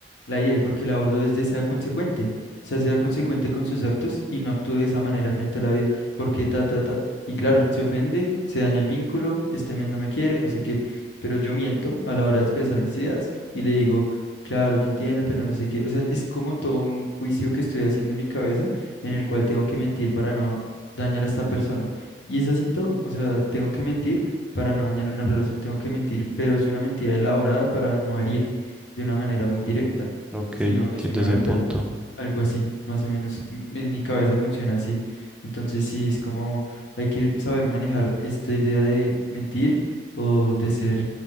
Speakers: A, on the left; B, in the centre.
A: la hiere porque el abordo es de sea consecuente, o sea, sea consecuente con sus actos y no actúe de esa manera frente a la vida, porque ta, ta, ta. Y claro, se ofende, se daña el vínculo, este men no me quiere, no sé qué, pero yo miento a la hora de expresar mis ideas y le digo, claro, yo entiendo, pero no sé qué. O sea, es como todo un juicio que estoy haciendo en mi cabeza en el cual tengo que mentir para no dañar a esta persona. Y es así en todo, o sea, tengo que mentir para no dañar una relación, tengo que mentir, pero es una mentira elaborada para no herir de una manera muy directa,
B: Mm, ok,
A: sino
B: entiendo
A: es una
B: ese
A: verdad,
B: punto.
A: algo así, más o menos m- en mi cabeza funciona así. Entonces sí, es como hay que saber manejar esta idea de mentir o de ser